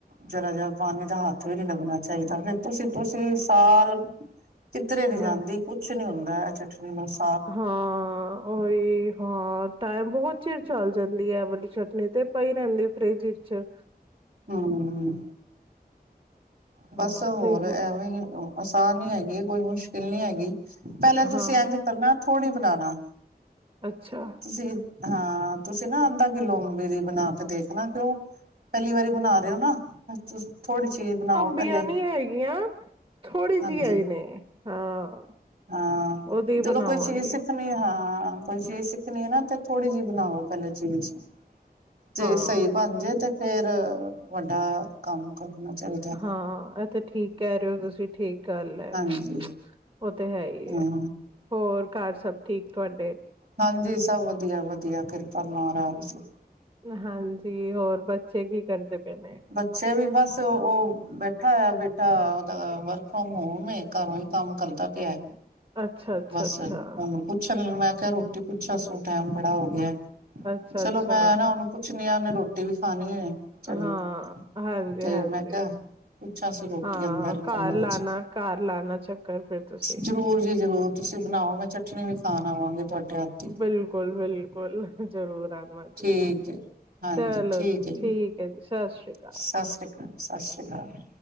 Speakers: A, on the right (about 70°); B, on the right (about 35°).
A: ਜਰਾ ਜਿਹਾ ਪਾਣ ਹੱਥ ਵੀ ਨੀ ਲੱਗਣਾ ਚਾਈਦਾ ਫੇਰ ਤੁਸੀਂ-ਤੁਸੀਂ ਸਾਲ ਕਿਧਰੇ ਨੀ ਜਾਂਦੀ
B: ਹਾਂ
A: ਕੁ ਛ ਨੀ ਹੁੰਦਾ ਐ ਚਟਨੀ ਅਸ।
B: ਹਾਂ। ਓਈ ਹਾਂ ਟਾਈਮ ਬੋਤ ਚਿਰ ਚੱਲ ਜਾਂਦੀ ਐ ਵਾਲੀ ਚਟਨੀ ਤੇ ਪਈ ਰੇਂਦੀ ਏ ਫਰਿੱਜ ਵਿ ਚ।
A: ਹੂੰ।
B: ਹਾਂ
A: ਬਸ ਹੋਰ
B: ਫਰਿਜ
A: ਐਵੇਂ ਈ ਆਸਾਨ ਈ ਹੈਗੀ, ਕੋਈ ਮੁਸ਼ਕਿਲ ਨੀ ਐਗੀ। ਪਹਿਲੇ
B: ਹਾਂ
A: ਤੁਸੀਂ ਇੰਝ ਕਰਨਾ, ਥੋੜ੍ਹੀ ਬਣਾਣਾ।
B: ਅੱਛਾ!
A: ਤੁਸੀਂ ਹਾਂ, ਤੁਸੀਂ ਨਾ ਅੱਧਾ ਕਿਲੋਬਰੀ ਬਣਾ ਕੇ ਦੇਖਣਾ ਕਿਂ ਪਹਿਲੀ ਵਾਰੀ ਬਣਾ ਰਹੇ ਹੋ ਨਾ, ਤੁ ਥੋੜ੍ਹੀ ਚਿਜ਼ ਬਣਾਓ ਪਹਿਲੇ
B: ਬਨੀ ਹੈਗੀਆਂ, ਥੋੜ੍ਹੀ
A: ਹਾਂਜੀ
B: ਜਿਹੀ ਆਈ ਨੇ, ਹਾਂ।
A: ਹਾਂ,
B: ਉਹਦੀ
A: ਜਦੋਂ
B: ਬਣਾਵਾਂਗੀ
A: ਕੋਈ ਚੀਜ਼ ਸਿੱਖਣੀ, ਹਾਂ ਕੋਈ ਚੀਜ਼ ਸਿੱਖਣੀ ਹੈ ਨਾ, ਤੇ ਥੋੜੀ ਜਿਹੀ ਬਣਾਵੋ ਪਹਿਲੇ ਚੀਜ਼, ਤੇ
B: ਹਾਂ
A: ਸਹੀ ਬਣ ਜਾੇ ਤੇ ਫੇਿਰ, ਵੱਡਾ ਕੰਮ ਕਰਨਾ ਚਾਹੀਦਾ
B: ਹਾਂ, ਇਹ ਤੇ ਠੀਕ ਕਹਿ ਰਹੇ ਹੋ ਤੁਸੀਂ ਠੀਕ ਗੱਲ ਹੈ,
A: ਹਾਂਜੀ
B: ਉਹ ਤੇ ਹੈ ਹੀ ਹੈ।
A: ਹਾਂ
B: ਹੋਰ, ਘਰ ਸਭ ਠੀਕ ਤੁਹਾਡੇ?
A: ਹਾਂਜੀ, ਸਭ ਵਧੀਆ ਵਧੀਆ, ਕਿਰਪਾ ਮਹਾਰਾਜ ਜੀ।
B: ਹਾਂਜੀ, ਹੋਰ ਬੱਚੇ ਕੀ ਕਰਦੇ ਪਏਣੇ?
A: ਬੱਚੇ ਵੀ ਬਸ ਉਹ, ਬੈਠਾ ਹੋਇਆ ਬੇਟਾ, ਉਹਦਾ ਵਰਕ ਫਰੋਮ ਹੋਮ ਏ ਘਰੋਂ ਹੀ, ਕੰਮ ਕਰਦਾ ਪਿਆ।
B: ਅੱਛਾ ਅੱਛਾ
A: ਬਸ
B: ਅੱਛਾ
A: ਉਹਨੂੰ ਪੁੱਛਣ ਮੈਂ ਕਿਹਾ, ਰੋਟੀ ਪੁੱਛਾ ਸ ਟੈਮ ਬੜਾ ਹੋ ਗਿਆ।
B: ਅੱਛਾ
A: ਚਲੋ,
B: ਅੱਛਾ
A: ਮੈਂ ਨਾ ਉਹਨੂੰ ਪੁੱਛਣੀ ਆ, ਉਹਨੇ ਰੋਟੀ ਵੀ ਖਾਣੀ ਚਲੋ
B: ਹਾਂ, ਹਾਂਜੀ
A: ਤੇ
B: ਹਾਂਜੀ।
A: ਮੈਂ ਕਿਹਾ ਪੁੱਛਾਂ ਸੀ ਰੋਟੀ
B: ਹਾਂ
A: ਅੰਦਰ ਹੀ
B: ਘਰ
A: ਕਮਰੇ
B: ਲਾਣਾ,
A: ਚ
B: ਘਰ ਲਾਣਾ ਚੱਕਰ ਫਿਰ ਤੁਸੀਂ
A: ਜ਼ਰੂਰ ਜੀ ਜ਼ਰੂਰ ਤੁਸੀਂ ਬਣਾਓ, ਮੈਂ ਚਟਨੀ ਵੀ ਖਾਣ ਆਵਾਂਗੀ, ਤੁਹਾਡੇ ਹੱਥ ਦੀ
B: ਬਿਲਕੁਲ, ਬਿਲਕੁਲ ਬੋਲਣਾ ਜ਼ਰੂਰ ਆਨਾ ਜੀ,
A: ਠੀਕ ਹੈ ਹਾਂਜੀ
B: ਚਲੋ ਜੀ
A: ਹੈ
B: ਠੀਕ ਹੈ ਜੀ, ਸਤਿ ਸ਼੍ਰੀ ਅਕਾਲ।
A: ਸਤਿ ਸ੍ਰੀ ਸਤਿ ਸ਼੍ਰੀ ਅਕਾਲ।